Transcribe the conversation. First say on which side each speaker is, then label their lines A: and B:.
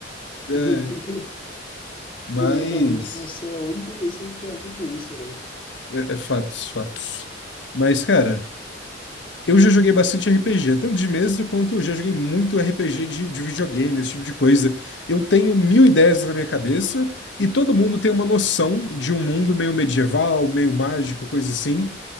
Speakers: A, on the left; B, on the left.
A: É,
B: <laughs>
A: mas.
B: Ironicamente, você é a única pessoa que tem a ver com isso, né?
A: É, é fatos, fatos. Mas, cara. Eu já joguei bastante RPG, tanto de mesa quanto eu já joguei muito RPG de, de videogame, esse tipo de coisa. Eu tenho mil ideias na minha cabeça e todo mundo tem uma noção de um mundo meio medieval, meio mágico, coisa assim.